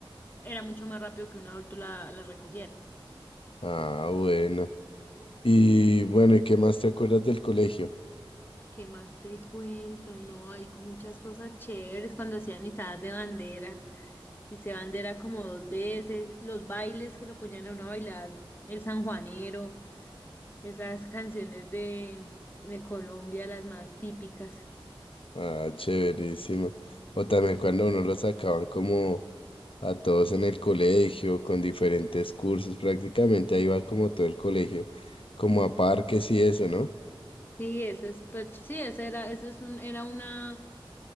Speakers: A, on the left; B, on the left.
A: era mucho más rápido que un adulto la, la recogiera.
B: ah, bueno. Y bueno, ¿y qué más te acuerdas del colegio?
A: ¿Qué más te cuento? No, hay muchas cosas chéveres cuando hacían izadas de bandera. Y se bandera como dos veces, los bailes que lo ponían a uno a bailar, el sanjuanero, esas canciones de, de Colombia, las más típicas.
B: Ah, chéverísimo. O también cuando uno lo sacaban como a todos en el colegio, con diferentes cursos, prácticamente ahí va como todo el colegio, como a parques y eso, ¿no?
A: Sí, eso es súper ch- Sí, esa era, eso es un, era una,